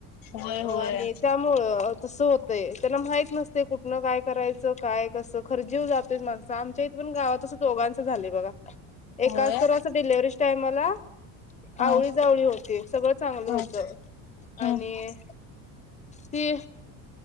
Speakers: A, on the left; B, on the left.
A: होय होय.
B: आणि त्यामुळं तस हो त्याला माहित नसते कुठुन काय करायचं काय कसं खर जीव जातो च माणसं आमच्या इथ पण गावात दोघांच झालं बघा एकाच
A: होय
B: तर अस डिलिव्हरीच्या टाईमला
A: हा
B: आवळीजवळी होती सगळं चांगलं
A: हा.
B: होतं
A: हम्म
B: आणि ती